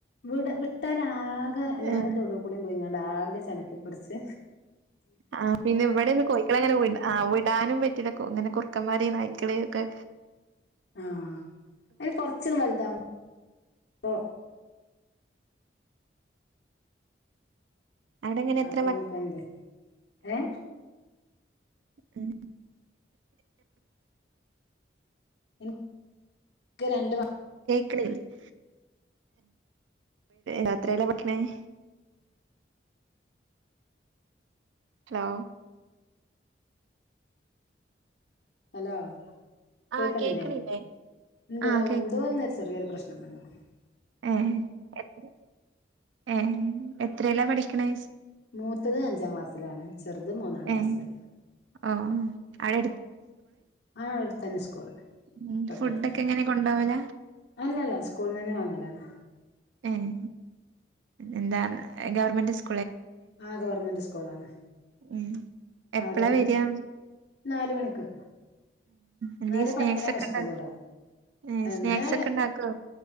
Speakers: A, on the left (about 65°); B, on the right (about 85°).
A: വിട വിട്ടാലാകെ എല്ലാര
B: ഏഹ്
A: തൊടൂ കൂടിം പോയിങ്ങാ ണ്ടാകെ ചെനക്കിപ്പറിച്ച്
B: ആ പിന്നെ ഇവിടെന്ന് കോയിക്കള അങ്ങനെ ആ വിടാനും പറ്റില്ല ഇങ്ങനെ കു ക്കമാര നയിക്കള ഒക്കെ
A: ആ അയ്ന് കൊറച്ന് വലുതാ ഒ
B: അവിടെങ്ങനെ എത്ര
A: അപ്പ
B: മ
A: മ്മക്ക് <unintelligible> ഏ
B: മ് <unintelligible>
A: എ ക്ക് രണ്ട് മ
B: <unintelligible> രാത്രിയല്ല <unintelligible> ഹലോ
A: ഹലോ കേക്കണില്ലേ?
B: ആഹ് കേക്ക്ണില്ലേ
A: <unintelligible>
B: ആഹ്
A: ആ <unintelligible> ചെറിയ ഒരു പ്രശ് <unintelligible>
B: ഏ <unintelligible> ഏ എത്രേല്ല പഠി <unintelligible>
A: മൂത്തത് അഞ്ചാം ക്ലാസ്സിലാണ്, ചെറുത് മൂന്നാം ക്ലാസ്സില്,
B: ഏഹ് ഓഹ് അവിടെ
A: ആ <unintelligible>
B: മ്
A: തൊട്ടടുത്തന്നെ
B: ഫുഡോക്കെ എങ്ങനെ കൊണ്ടാവല?
A: അല്ലല്ല സ്കൂളിൽ തന്നെ വാങ്ങലാണ്.
B: മ് എന്താണ് ഗവർമന്റ് സ്
A: ആ ഗവർമന്റ് സ്കൂളാണ്.
B: ഉം എപ്പളാ
A: അവിടെ
B: വരിയാ?
A: നാല് മണിക്ക്
B: എന്തെങ്കിലും
A: നാല്
B: സ്നാക്സൊക്കെണ്ടോ
A: പത്തിനാണ് സ്കൂൾ വിടാ
B: ഏഹ്
A: എന്നേ
B: സ്നാക്സ് ഒക്കെ ഇണ്ടാക്കോ?